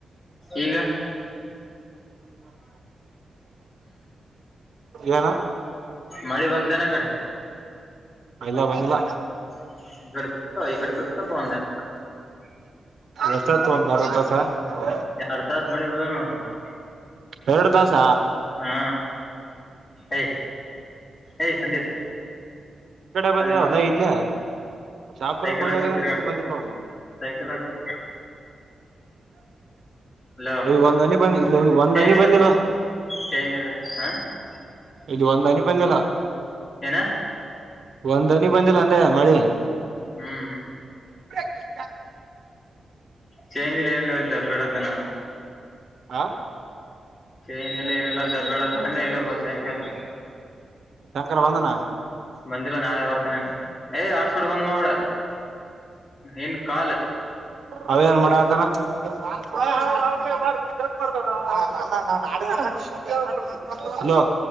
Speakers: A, on the left (about 25°); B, on the right (about 70°).
A: ಈಗ
B: ಏನು
A: ಮಳೆ ಬಂತೆನ್ ಅಕಡೆ
B: ಇಲ್ಲ ಬಂದಿಲ್ಲ
A: <unintelligible>
B: ಎಷ್ಟ್ ಆತು ಒಂದ್ <unintelligible>
A: ಎರಡ್ ತಾಸ್ ಮಾಡಿ <unintelligible>
B: ಎರಡು ತಾಸ್ಸ
A: ಹಾ ಏಯ್ ಏಯ್ ಸಂದೀಪ್
B: ಕಡೆ ಬಂದಿ
A: ಅದು
B: ಹೊಲ್ಲ
A: ನೋಡ
B: ಇಲ್ಲೆಯ ಶಾಪುರ
A: ಸೈಕಲ್
B: ಮಳಿ
A: ಹಾಕೊಂಡ್
B: ಆಗದ
A: ತಿರ್ಗಾಡ್
B: ಇಲ್ಲಿ ಬಂದಿಲ್ಲ ಅವನು
A: ಸೈಕಲ್ ಹಾಕೊಂಡ್ ತಿರ್ಗಾಡ್ ಹಲೋ
B: ಈ ಒಂದ್ ಹನಿ ಬಂದ್ ಇಲ್ಲ ಒಂದ್
A: ಚೈನ್
B: ಹನಿ
A: ಇಲ್ಲ
B: ಬಂದಿಲ್ಲ
A: <unintelligible>
B: ಇಲ್ಲಿ ಒಂದ್ ಹನಿ ಬಂದಿಲ್ಲ
A: ಏನ
B: ಒಂದ್ ಹನಿ ಬಂದಿಲ್ಲ ಅಂದೆ ಮಳೆ
A: ಹ್ಮ್
B: ಹೇ ಕೃಷ್ಣ
A: ಚೇಂಜ್ ಏನ್ ಏನಿಲ್ಲ ಅಬ್ಬೇಡತಾನ
B: ಹಾ
A: ಚೈನ್ ಇಲ್ಲಿ ಏನಲ್ಲ ದಬ್ಬಾಳ ತಂದ ಇಲ್ಲ ಬ ಸೈಕಲ್
B: ಶಂಕರ ವಂದನಾ
A: ಬಂದಿಲ್ಲ ನಾಳೆ ಬರ್ತಾನನೆ ಯ್ ಆಸ್ಫೋಟ್ ಬಂದ್ ಮಾಡಬಿಡ ಇನ್ ಕಾಲು
B: ಅವೇ ಏನ್ ಮಾಡಾಕತ್ತಾನ <unintelligible> ಹಲೋ